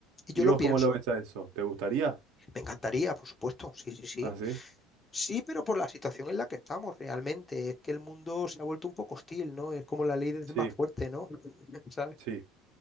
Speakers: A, on the left (about 25°); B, on the right (about 65°).
A: Y yo
B: ¿Y
A: lo
B: vos
A: pienso,
B: cómo lo ves a eso? ¿Te gustaría?
A: me encantaría, por supuesto, sí, sí, sí.
B: Ah, sí,
A: Sí, pero por la situación en la que estamos realmente, es que el mundo se ha vuelto un poco hostil, ¿no? Es como la ley del
B: sí,
A: más fuerte, ¿no? <laughs> ¿Sabes?
B: sí.